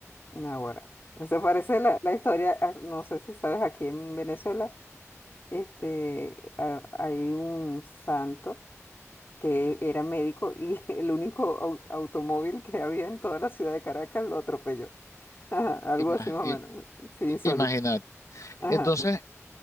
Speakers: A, on the left; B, on the left.
A: Ahora. Eso parece la, la historia, ah, no sé si sabes, aquí en Venezuela. este, a- hay un santo que era médico y <laughs> el único au- automóvil que había en toda la ciudad de Caracas lo atropelló. Ajá, algo
B: Imagínate.
A: así más o menos. Sí, insólito.
B: Imagínate.
A: Ajá.
B: Entonces,